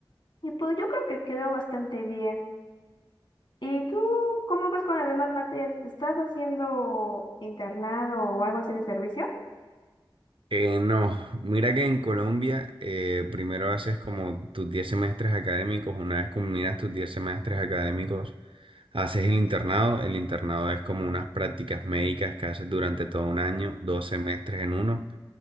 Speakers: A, on the left; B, on the right.
A: Y pues yo creo que quedó bastante bien. ¿Y tú cómo vas con las demás materias? ¿Estás haciendo internado o algo así de servicio?
B: Eh, no, mira que en Colombia eh, primero haces como tus 10 semestres académicos, una vez culminas tus 10 semestres académicos, haces el internado, el internado es como unas prácticas médicas que haces durante todo un año, dos semestres en uno